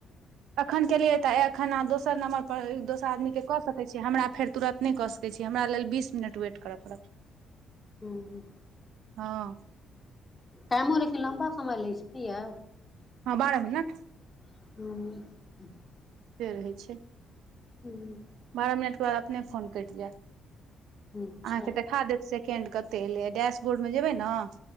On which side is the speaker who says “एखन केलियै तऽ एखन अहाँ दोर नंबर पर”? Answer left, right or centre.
Right